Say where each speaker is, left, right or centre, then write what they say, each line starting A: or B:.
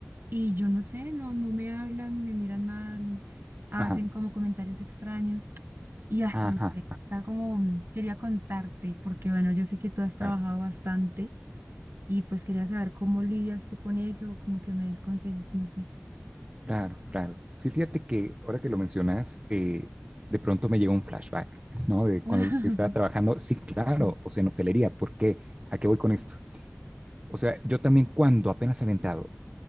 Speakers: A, on the right; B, on the right.
A: y yo no sé, no, no me hablan, me miran mal, hacen
B: ajá,
A: como comentarios extraños y ay,
B: ajá.
A: no sé, estaba como, mm, quería contarte, porque bueno, yo sé que tú has trabajado
B: Claro,
A: bastante y pues quería saber cómo lidias tú con eso, como que me des consejos, no sé.
B: claro, claro. Sí, fíjate que ahora que lo mencionas, eh, de pronto me llegó un flashback, ¿no? De
A: <laughs>
B: cuando estaba trabajando, sí, claro,
A: Sí,
B: o sea, en hotelería, ¿por qué? ¿A qué voy con esto? O sea, yo también cuando apenas he aventado,